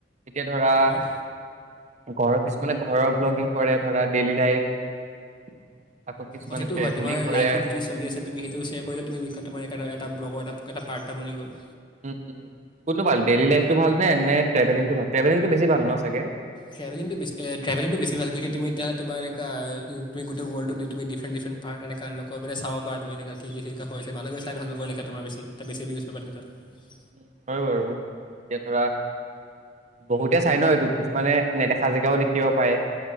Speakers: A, on the right; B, on the left.
A: এতিয়া ধৰা।
B: আৰু
A: ঘৰৰ কিছুমানে ঘৰৰ ব্লগিং কৰে ধৰা ডেইলি লাইফ আকৌ কিছুমানে
B: অ সেইটো
A: ট্ৰেভেলিং
B: হয় তোমাৰ
A: কৰে
B: লাইফত কি চলি আছে তুমি সেইটো শ্বেয়াৰ কৰিলে ত এটা ব্লগ এটা। এটা পাৰ্ট টাইম বনিগল
A: উম উম কোনটো ভাল ডেইলি লাইফটো ভাল নে সে ট্টেভেলিংটো ট্টেভেলিংটো বেছি ভাল ন চাগে।
B: ট্ৰেভেলিংটো বেছ ট্ৰেভেলিংটো বেছি ভাল তুমি যেতিয়া' তুমি এনেকুৱা গোটিই ৱৰ্লডত তুমি ডিফাৰেণ্ট ডিফাৰেণ্ট পাট দেখা নোপোৱা চাব পাৰা তুমি এনেকুৱা কি হয় হৈছে মানুহৰ চাই ভাল পাই এনেকুৱা তুমি বেছি বেছি ইউজ পা তাৰিত।
A: উম হয় বাৰু এতিয়া ধৰা বহুতে চাই ন এইটো কিছুমানে নেদেখা জিগাও দেখিব পাৰে।